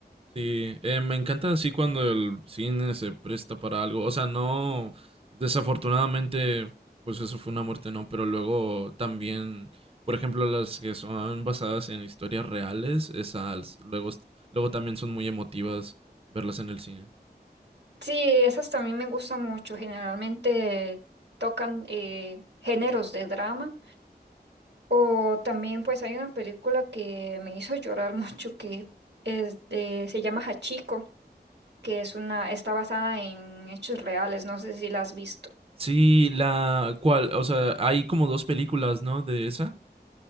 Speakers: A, on the right; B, on the right.
A: Sí, eh, me encanta así cuando el cine se presta para algo. O sea, no, desafortunadamente, pues eso fue una muerte, no, pero luego también, por ejemplo, las que son basadas en historias reales, esas luego, est- luego también son muy emotivas verlas en el cine.
B: Sí, esas también me gustan mucho. Generalmente tocan eh, géneros de drama. O también pues hay una película que me hizo llorar <laughs> mucho que es de- se llama Hachiko, que es una, está basada en hechos reales. No sé si la has visto.
A: Sí, la cual, o sea, hay como dos películas, ¿no? De esa.